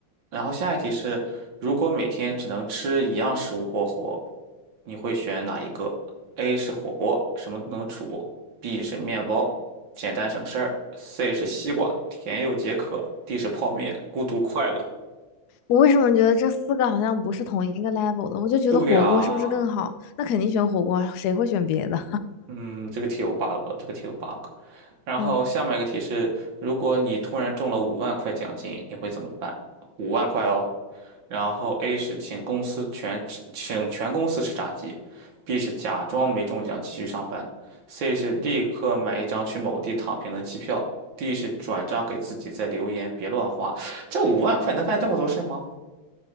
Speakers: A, on the right; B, on the left.
A: 然后下一题是，如果每天只能吃一样食物过活，你会选哪一个？A 是火锅，什么都能煮；B 是面包，简单省事儿；C 是西瓜，甜又解渴；D 是泡面，孤独快乐。
B: 我为什么觉得这四个好像不是同一个 level 的？我就觉得火锅是不是更好？
A: 对呀，
B: 那肯定选火锅，谁会选别的？
A: 嗯，这个题有 bug，这个题有 bug。
B: <laughs>
A: 然后下面一个题是，
B: 嗯。
A: 如果你突然中了五万块奖金，你会怎么办？五万块哦。然后 A 是请公司全吃请全公司吃炸鸡，B 是假装没中奖继续上班，C 是立刻买一张去某地躺平的机票，D 是转账给自己再留言别乱花。这五万块能干这么多事儿吗？